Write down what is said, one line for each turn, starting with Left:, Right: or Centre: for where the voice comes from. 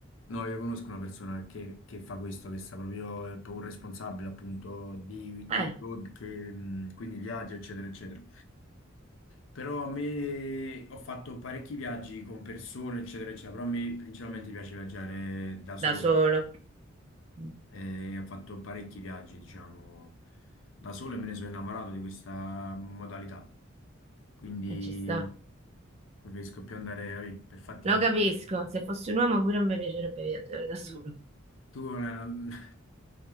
Left: No, io conosco una persona che, che fa questo, che sta proprio, è proprio un responsabile appunto di, di
Right: Eh,
Left: road, che, mh, quindi viaggi, eccetera, eccetera. Però a me ho fatto parecchi viaggi con persone, eccetera, eccetera, però a me principalmente piace viaggiare da solo.
Right: da solo. Mm,
Left: E ho fatto parecchi viaggi, diciamo, da solo e me ne sono innamorato di questa modalità. Quindi
Right: E ci sta.
Left: preferisco più andare, vabbè, per fatti
Right: Lo
Left: miei.
Right: capisco, se fossi un uomo pure a me piacerebbe viaggiare da solo.
Left: Tu eh, <laughs>